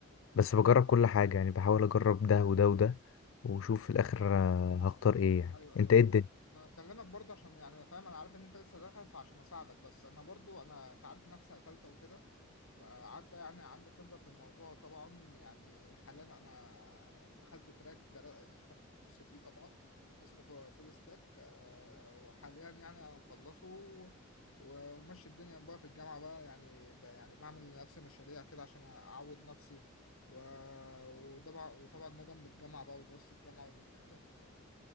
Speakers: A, on the left; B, on the left.
A: بس بجرب كل حاجه يعني بحاول اجرب ده وده وده وشوف في الاخر آه، هختار ايه يعني
B: ايوه ايوه
A: انت ايه
B: انا
A: الدنيا
B: ما انا بكلمك برضه عشان يعني انا فاهم انا عارف ان انت لسه داخل فعشان اساعدك بس انا برضه انا انت عارف نفسي ثالثه وكده فعدى يعني عندي خبرة في الموضوع طبعا يعني حاليا أنا دخلت تراك در- خدت كورس فيه طبعا اسمه ف- فول ستاك آه، وحاليا يعني أنا مخلصه و- وماشي الدنيا بقى في الجامعة بقى يعني ب- يعني بعمل لنفسي مشاريع كده عشان أعود نفسي و- وطبعا وطبعا ده جنب الجامعة بقى ودراسة الجامعة والامتحانات انت